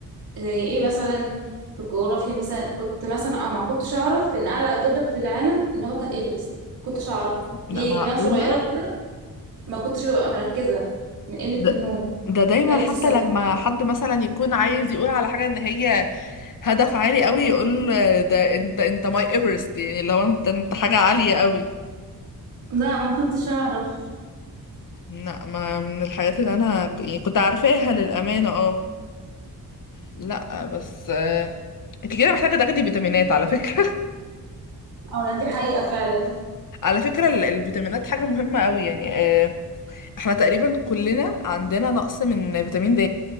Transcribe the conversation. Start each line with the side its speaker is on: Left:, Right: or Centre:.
Right: زي ايه مثلا في الجغرافيا مثلا كنت مثلا آه ما كنتش اعرف ان اعلى جبل في العالم ان هو كان ايفرست كنتش اعرف
Left: لا
Right: ليه
Left: معقولة
Right: لان انا صغيره كده ما كنتش ببقى مركزه من قله
Left: ده
Right: النوم
Left: ده دايما
Right: عرفت
Left: حتى
Right: السبب
Left: لما حد مثلا يكون عايز يقول على حاجة ان هي هدف عالي قوي يقول ده انت انت ماي ايفرست يعني لو انت انت حاجة عالية قوي
Right: لا ما كنتش اعرف
Left: لا ما من الحاجات اللي انا ك- يعني كنت عارفاها للأمانة اه لا بس آه، انت كده محتاجة تاخدي فيتامينات على فكرة
Right: اه دي حقيقة فعلا
Left: <laughs> على فكرة ال- الفيتامينات حاجة مهمة قوي يعني آه، احنا تقريبا كلنا عندنا نقص من فيتامين د